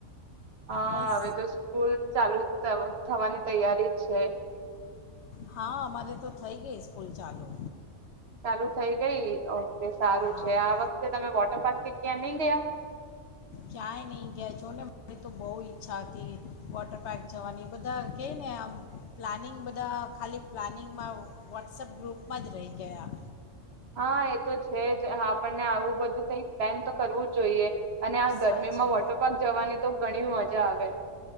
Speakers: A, on the right (about 60°); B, on the left (about 70°).
A: હા
B: બસ
A: હવે તો સ્કૂલ ચાલુ થવાની તૈયારી છે.
B: હા અમારે તો થઈ ગઈ સ્કૂલ ચાલુ.
A: ચાલુ થઈ ગઈ. એ સારું
B: હા
A: છે આ વખતે તમે વોટર પાર્ક કે કે ન દયા
B: ક્યાંય નહીં ગયા છો ને મારી તો બહુ ઈચ્છા હતી વોટર પાર્ક જવાની બધા ક ને આમ પ્લાનિંગ બધા ખાલી પ્લાનિંગમાં વોટ્સએપ ગ્રુપમાં જ રહી ગયા.
A: હા, એ તો છે જ આપણને આવું બધું કઈ પ્લેન તો કરવું જ જોઈએ. અને આ ગરમીમાં
B: સાચે
A: વોટર પાર્ક જવાની તો ઘણી મોજ જા આવેે.